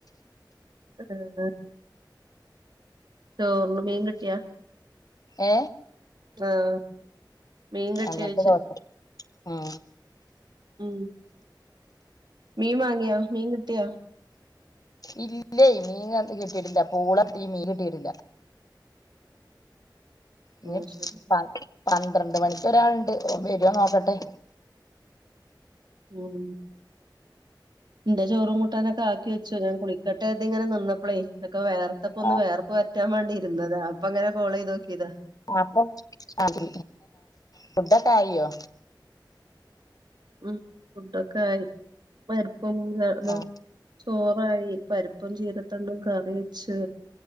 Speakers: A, on the right (about 65°); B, on the left (about 50°).
A: <unintelligible> ചോറിന് മീൻ കിട്ടിയാ
B: ഏ
A: ആഹ് മീൻ കിട്ടിയോയിച്ച
B: ആ ആ
A: ഉം മീൻ വാങ്ങിയോ? മീൻ കിട്ടിയോ?
B: ഇല്ലേ മീൻ കാത്ത് കിട്ടിയിട്ടില്ല. പൂളകിട്ടി മീൻ കിട്ടിയിട്ടില്ല. ഇനി
A: ഉം ശരി
B: പന്ത്രണ്ട് മണിക്ക് ഒരാളുണ്ട് ഓൻ വരുവാ നോക്കട്ടെ.
A: ഉം എന്റെ ചോറും കൂട്ടാനൊക്കെ ആക്കി വച്ചു. ഞാൻ കുളിക്കട്ടെ അതിങ്ങനെ നിന്നപ്പളേ അതെക്കെ വേർത്തപ്പൊ ഒന്ന്
B: ആഹ്
A: വേർപ്പ് പറ്റാൻ വേണ്ടി ഇരുന്നതാ. അപ്പൊ ഇങ്ങനെ കോള് ചെയ്ത് നോക്കിയതാ.
B: അപ്പൊ ഫുഡ് ഫുഡൊക്കെ ആയോ?
A: ഉം. ഫുഡൊക്കെ ആയി. പരിപ്പും <unintelligible>
B: ആഹ്
A: ചോറായി, പരിപ്പും ചീരത്തണ്ടു കറി വെച്ച്